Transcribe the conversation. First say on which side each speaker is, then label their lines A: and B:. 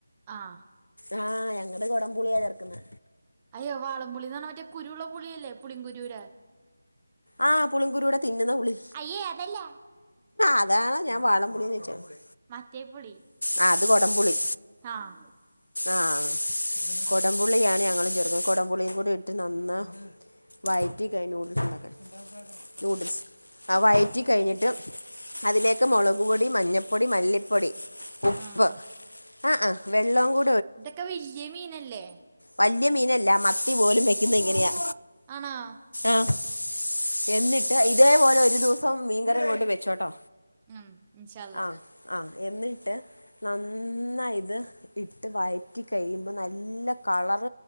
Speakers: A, on the right (about 20°); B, on the left (about 85°).
A: ആഹ്
B: ആഹ് ഞങ്ങടെ കൊടം പുളിയാ ചേർക്കുന്നെ.
A: അയ്യോ വാളം പുളീന്ന് പറഞ്ഞ മറ്റേ കുരൂള്ള പുളിയല്ലേ പുളിം കുരൂരെ.
B: ആഹ് പുളിങ്കുരൂടെതിന്ന്ന്ന പുളി-
A: അയ്യേ അതല്ല.
B: അതാണൊ ഞാൻ വാളം പുളീന്ന് ചോയ്ച്.
A: മറ്റേപുളി.
B: ആഹ് അത് കൊടംപുളി.
A: ആഹ്
B: ആഹ് കൊടംപുളിയാണ് ഞങ്ങള് ചെർക കൊടംപുളീംകൂടിഇട്ട് നന്നാ വയറ്റി കയ് നൂഡിൽസ് ഉണ്ടാക്കാൻ നൂഡിൽസ്. ആഹ് വയറ്റി കഴ്ഞ്ഞിട്ട് അതിലേക്ക് മുളക് പൊടി മഞ്ഞപ്പൊടി മല്ലിപ്പൊടി- ഉപ്പ്
A: ആഹ്
B: ആ ഹേ വെള്ളം കൂ
A: ഇതൊക്കെ വല്ല്യ മീനല്ലേ?
B: വല്ല്യ മീനല്ല മത്തി പോലും വെക്കുന്നെ ഇങ്ങനെയാ.
A: ആണോ?
B: ആഹ് എന്നിട്ട്
A: ആഹ്
B: ഇതേപോലെ ഒരു ദിവസം മീൻകറി അങ്ങോട്ട് വെച്ചോട്ടോ.
A: ഉം ഇൻഷാളളാ.
B: ആഹ് ആഹ് എന്നിട്ട്- നന്നയിത് ഇട്ട് വഴറ്റി കഴിയുമ്പോ നല്ല കളർ